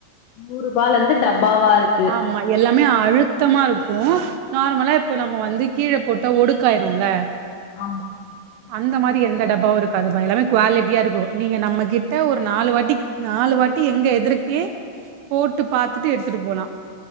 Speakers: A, on the left; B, on the right.
A: நூறு ரூபால இருந்து டப்பாவா இரு
B: ஆமா எல்லாமே அழுத்தமா இருக்கு நார்மலா இப்போ நம்ம வந்து கீழ போட்ட ஒடுக்காயிருல்ல
A: ஆமா
B: அந்த மாரி எந்த டப்பாவு இருக்காதுப்பா எல்லாமே குவாலிட்டியா இருக்கு நீங்க நம்ம கிட்ட ஒரு நாலு வாட்டி நாலு வாட்டி எங்க எதுருக்கே போட்டு பாத்துட்டு எடுத்துட்டு போலா